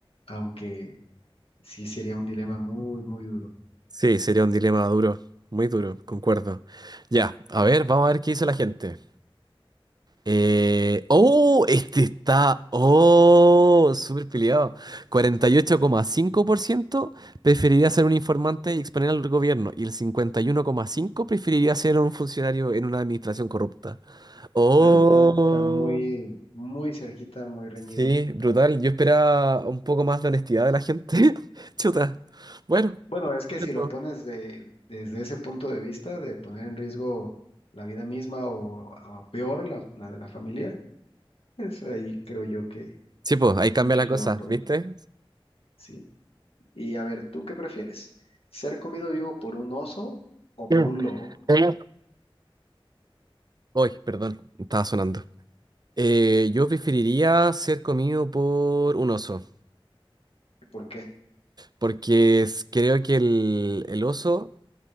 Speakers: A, on the left; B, on the right.
A: aunque sí sería un dilema muy, muy duro.
B: Sí, sería un dilema duro, muy duro, concuerdo. Ya, a ver, vamos a ver qué dice la gente. Eh, oh, este está, oh, súper peleado. cuarenta y ocho coma cinco por ciento preferiría ser un informante y exponer al gobierno y el 51,5% preferiría ser un funcionario en una administración corrupta. Oh.
A: Bueno, está, está muy, muy cerquita, muy reñido.
B: Sí, brutal. Yo esperaba un poco más de honestidad de la gente. <laughs> Chuta. Bueno.
A: Bueno, es que
B: Sí,
A: si
B: pues.
A: lo pones de, desde ese punto de vista, de poner en riesgo la vida misma o, o peor, la, la de la familia, pues ahí creo yo que
B: Sí, pues, ahí cambia
A: muchos
B: la
A: se
B: cosa,
A: van por
B: ¿viste?
A: eso. Sí. Y a ver, ¿tú qué prefieres? ¿Ser comido vivo por un oso o por
B: Mm.
A: un lobo?
B: Mm. Uy, perdón, estaba sonando. Eh, yo preferiría ser comido por un oso,
A: ¿Y ¿Por qué?
B: porque es- creo que el, el oso